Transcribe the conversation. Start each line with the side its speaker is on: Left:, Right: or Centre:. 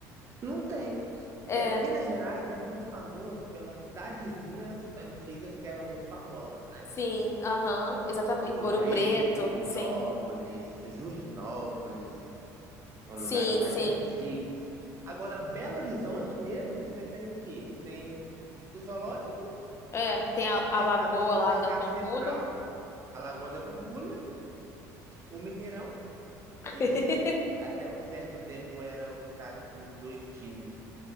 Right: Não tem.
Left: É,
Right: É, Minas Gerais é muito famoso pelas cidadezinhas antigas que eram muito famosas, né?
Left: sim, aham, exatamente.
Right: Muro
Left: Ouro
Right: Preto,
Left: Preto,
Right: Divinópolis,
Left: sim.
Right: Justinópolis. São
Left: Sim,
Right: lugares mais
Left: sim.
Right: antigos. Agora, Belo Horizonte mesmo, você tem o quê? Você tem o zoológico,
Left: É, tem a,
Right: o mercado,
Left: a lagoa
Right: o
Left: lá
Right: mercado
Left: da Pampulha.
Right: central, a Lagoa da Pampulha, o Mineirão,
Left: <laughs>
Right: que até um certo tempo era o estádio que os dois times